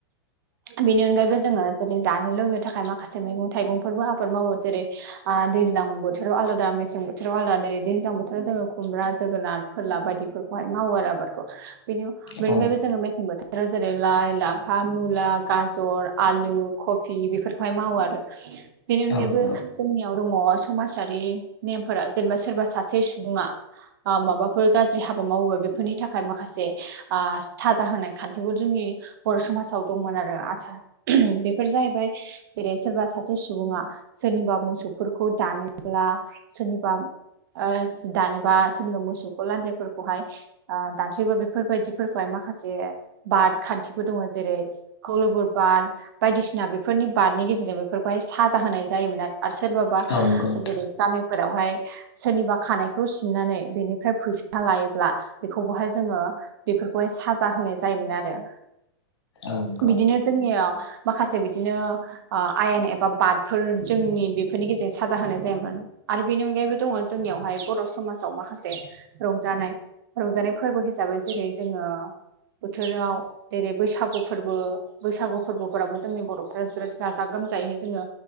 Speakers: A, on the right; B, on the left.
A: बेनि अनगायैबो जोङो जुदि जानो लोंनो थाखाय माखासे मैगं थाइगंफोरबो आबाद मावो। जेरै ओ दैज्लां बोथोराव आलादा मेसें बोथोराव आलादा दै दैज्लां बोथोराव जोङो खुमब्रा जोगोनार फोरला बायदिफोरखौहाय मावो आरो आबादखौ बेनि बेनिफ्रायबो
B: औ
A: जोङो मेसें बोथोर फोराव जेरै लाइ लाफा मुला गाजर आलु कफि बेफोरखौहाय मावो आरो। बेनि अनगायैबो
B: औ नंगौ
A: जोंनियाव दङ समाजारि नेमफोरा जेनेबा सोरबा सासे सुबुङा बा माबाफोर गाज्रि हाबा मावोबा बेफोरनि थाखाय माखासे ओ साजा होनाय खान्थिफोर जोंनि बर' समाजाव दंमोन आरो आसा बेफोर जाहैबाय जेरै सोरबा सासे सुबुङा सोरनिबा मोसौफोरखौ दानोब्ला सोरनिबा ओस दानोबा सोरनिबा मोसौखौ लान्जायफोरखौहाय ओ दानसैबो बेफोरबायदिफोरखौहाय माखासे बाद खान्थिबो दङ जेरै खौलोबोद बाद बायदिसिना बेफोरनि बादनि गेजेरजों बेफोरखौहाय साजा होनाय जायोमोन आरो आरो सोरबाबा
B: औ नंगौ नोंथां
A: जेरै गामिफोरावहाय सोरनिबा खानायखौ सिननानै बेनिफ्राय फैसा लायोब्ला बेखौबोहाय जोङो बेफोरखौहाय साजा होनाय जायोमोन आरो।
B: औ नंगौ
A: बिदिनो जोंनियाव माखासे बिदिनो ओ आयेन एबा बाद फोर जोंनि बेफोरनि गेजेरजों साजा होनाय जायोमोन। आरो बेनि अनगायैबो दङ जोंनियावहाय बर' समाजाव माखासे रंजानाय रंजानाय फोरबो हिसाबै जेरै जोङो बोथोराव जेरै बैसागु फोरबो बैसागु फोरबोफोराबो जोंनि बर'फोरा जिराद गाजा गोमजायै जोङो